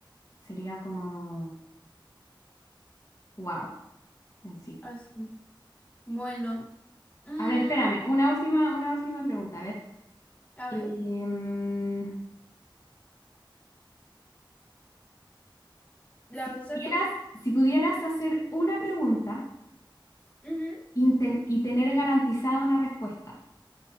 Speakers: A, on the left (about 40°); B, on the left (about 15°).
A: sería como wow en sí.
B: así. Bueno, mm,
A: A ver, espérame, una última, una última pregunta. A ver,
B: a
A: em,
B: ver, ¿la
A: Si
B: vas
A: pudieras,
B: a hacer tú?
A: si pudieras hacer una pregunta
B: Ujú,
A: inten- y tener garantizada una respuesta,